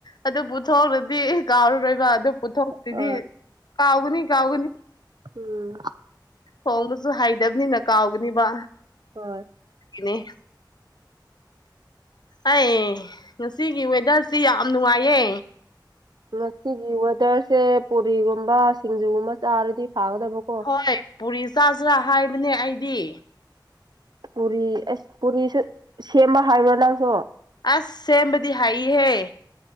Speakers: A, on the left (about 60°); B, on the right (about 60°).
A: ꯑꯗꯨꯕꯨꯊꯥꯎꯔꯗꯤ ꯀꯥꯎꯔꯨꯔꯣꯏꯕ ꯑꯗꯨ ꯄꯣꯊꯣꯛꯁꯤꯗꯤ
B: ꯍꯣꯏ
A: ꯀꯥꯎꯒꯅꯤ ꯀꯥꯎꯒꯅꯤ
B: ꯎꯝ
A: ꯍꯣꯡꯕꯁꯨ ꯍꯥꯏꯩꯗꯕꯅꯤꯅ ꯀꯥꯎꯒꯅꯤꯕ
B: ꯍꯣꯏ
A: ꯏꯅꯦ ꯑꯩ ꯉꯁꯤꯒꯤ ꯋꯦꯗꯔꯁꯤ ꯌꯥꯝ ꯅꯨꯡꯉꯥꯏꯌꯦ
B: ꯉꯁꯤꯒꯤ ꯋꯦꯗꯔꯁꯦ ꯄꯨꯔꯤꯒꯨꯝꯕ ꯁꯤꯡꯖꯨꯒꯨꯝꯕ ꯆꯥꯔꯗꯤ ꯐꯥꯒꯗꯕꯀꯣ
A: ꯍꯣꯏ ꯄꯨꯔꯤ ꯆꯥꯁꯤ꯭ꯔꯥ ꯍꯥꯏꯕꯅꯦ ꯑꯩꯗꯤ
B: ꯄꯨꯔꯤ ꯑꯁ ꯄꯨꯔꯤꯁꯨ ꯁꯦꯝꯕ ꯍꯥꯏꯕ꯭ꯔꯣ ꯅꯪꯁꯨ
A: ꯑꯁ ꯁꯦꯝꯕꯗꯤ ꯍꯥꯏꯏꯍꯦ